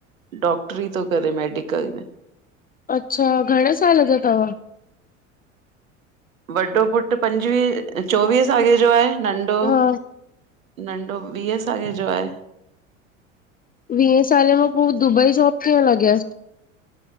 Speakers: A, on the right; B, on the left.
A: डॉक्टरी तो करेे मेडिकल में।
B: अच्छा घणे साल जो तव?
A: वॾो पुटु पंजवीहे चोवीहे साले जो आहे, नंढो
B: हा
A: नंढो वीहे साले जो आहे।
B: वीहे साल में पोइ दुबई जॉब कीअं लॻयसि?